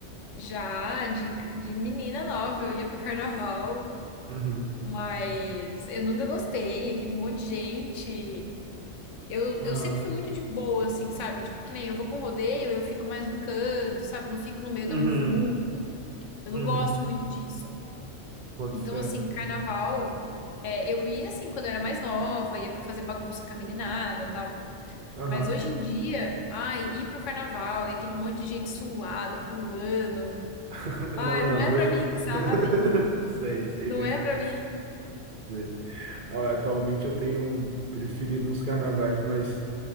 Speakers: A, on the left; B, on the right.
A: Já de, de menina nova, eu ia pro carnaval,
B: Uhum.
A: mas eu nunca gostei, aquele monte de gente. Eu,
B: Aham.
A: eu sempre fui muito de boa, assim, sabe? Tipo, que nem eu vou pra um rodeio, eu fico mais num canto, sabe? Eu Não fico no meio
B: Uhum.
A: da muvu. Eu não
B: Uhum.
A: gosto muito disso.
B: Boto
A: Então,
B: fé.
A: assim,
B: boto
A: carnaval,
B: fé.
A: é, eu ia assim quando eu era mais nova, ia pra fazer bagunça com a meninada, tal.
B: Aham.
A: Mas hoje em dia, ai, ir pro carnaval e aquele monte de gente suada, pulando.
B: <laughs>
A: Ai,
B: Não, não,
A: não é
B: hoje
A: pra mim,
B: não.
A: sabe?
B: <laughs> Sei, sei
A: Não
B: bem.
A: é pra mim.
B: Sei. Ah, Atualmente eu tenho preferido uns carnavais mais